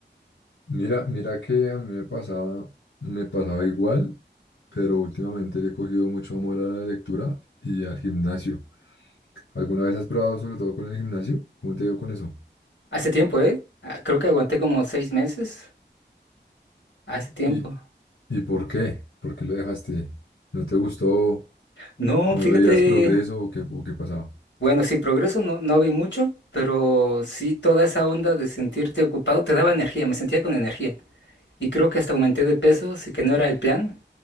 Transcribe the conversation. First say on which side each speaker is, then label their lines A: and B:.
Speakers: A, on the left (about 90°); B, on the left (about 70°).
A: Mira, mira que a mí me pasaba, me pasaba igual, pero últimamente le he cogido mucho amor a la lectura y al gimnasio. ¿Alguna vez has probado sobre todo con el gimnasio? ¿Cómo te ha ido con eso?
B: Hace tiempo, ¿eh? Ah, Creo que aguanté como seis meses. Hace tiempo.
A: ¿Y, y por qué? ¿Por qué lo dejaste? ¿No te gustó?
B: No,
A: ¿No
B: fíjate.
A: veías progreso o qué, o qué pasaba?
B: Bueno, sí, progreso no, no vi mucho, pero sí toda esa onda de sentirte ocupado te daba energía, me sentía con energía. Y creo que hasta aumenté de peso, sí que no era el plan,